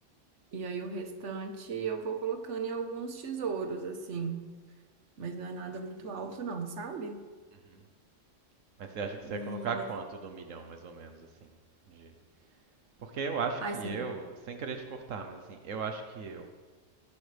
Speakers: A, on the right; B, on the right.
A: e aí o restante eu vou colocando em alguns tesouros, assim, mas não é nada muito alto não, sabe?
B: Uhum. Mas você acha que
A: E,
B: você ia colocar
A: mas...
B: quanto do milhão, mais ou menos, assim? De... Porque eu acho
A: Ai,
B: que
A: 100%.
B: eu, sem querer te cortar, mas assim, eu acho que eu,